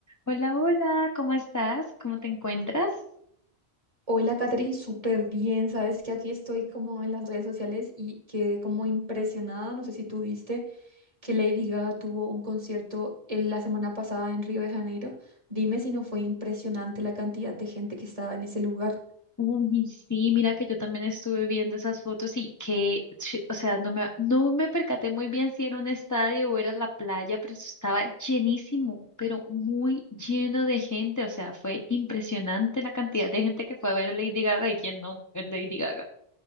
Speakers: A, on the left; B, on the right.
A: Hola, hola, ¿cómo estás? ¿Cómo te encuentras?
B: Hola, Catherine, súper bien. Sabes que aquí estoy como en las redes sociales y quedé como impresionada. No sé si tú viste que Lady Gaga tuvo un concierto en la semana pasada en Río de Janeiro. Dime si no fue impresionante la cantidad de gente que estaba en ese lugar.
A: Uy, sí, mira que yo también estuve viendo esas fotos y que, ch- o sea, no me, no me percaté muy bien si era un estadio o era la playa, pero eso estaba llenísimo, pero muy lleno de gente, o sea, fue impresionante la cantidad de gente que fue a ver a Lady Gaga y quién no es Lady Gaga.